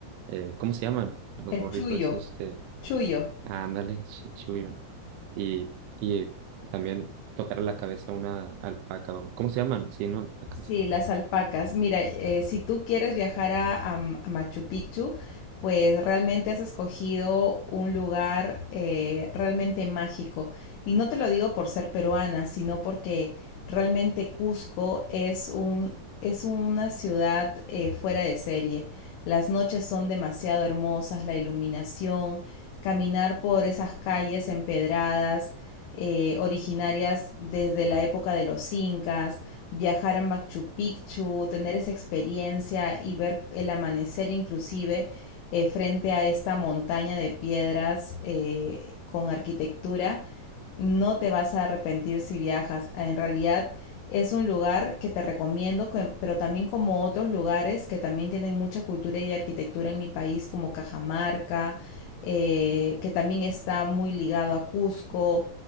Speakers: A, on the right; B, on the left.
A: eh, ¿cómo se llaman? Los
B: El
A: gorritos
B: chuyo,
A: esos que,
B: chuyo.
A: ah, ándale, ch- chuyo. Y, y también tocar la cabeza a una alpaca, o, ¿cómo se llaman? Sí, no, alpacas.
B: Sí, las alpacas. Mira, eh, si tú quieres viajar a, a M- a Machu Picchu, pues realmente has escogido un lugar eh, realmente mágico. Y no te lo digo por ser peruana, sino porque realmente Cusco es un, es una ciudad eh, fuera de serie. Las noches son demasiado hermosas, la iluminación, caminar por esas calles empedradas, eh, originarias desde la época de los incas viajar a Machu Picchu, tener esa experiencia y ver el amanecer inclusive eh, frente a esta montaña de piedras eh, con arquitectura, no te vas a arrepentir si viajas. En realidad es un lugar que te recomiendo, pero también como otros lugares que también tienen mucha cultura y arquitectura en mi país, como Cajamarca, eh, que también está muy ligado a Cusco,